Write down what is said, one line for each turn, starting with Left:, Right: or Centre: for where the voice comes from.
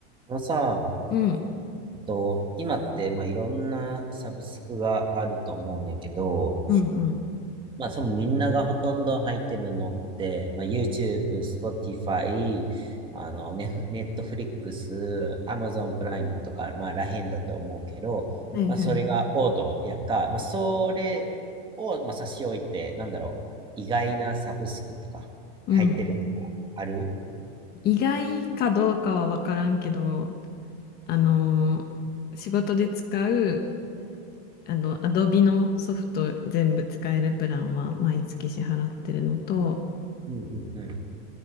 Right: あのさ、
Left: うん、
Right: えっと、今って、まあ、いろんなサブスクがあると思うんやけど、
Left: うん、うん。
Right: まあ、そのみんながほとんど入ってるのって、まあ、YouTube、Spotify、あの、ね、Netflix、Amazon プライムとか、まあ、らへんだと思うけど、
Left: はいはい。
Right: まあ、それが王道やんか、まあ、それを、まあ、差し置いて、なんだろう、意外なサブスクとか、
Left: うん。
Right: 入ってるとか、ある
Left: 意外かどうかはわからんけど、あのー仕事で使う、あの、Adobe のソフト全部使えるプランは毎月支払ってるのと、
Right: うんうんうん。